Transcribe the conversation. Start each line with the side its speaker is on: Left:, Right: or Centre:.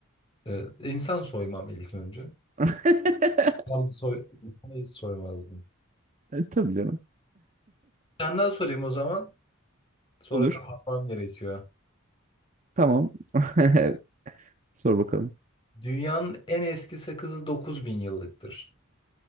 Left: Ee, insan soymam ilk önce.
Right: <laughs>
Left: Ben bir soy, insanı hiç soymazdım.
Right: Tabii canım.
Left: Senden sorayım o zaman. Sonra
Right: Olur.
Left: kapatmam gerekiyor.
Right: Tamam. <laughs> Sor bakalım.
Left: Dünyanın en eski sakızı 9000 yıllıktır.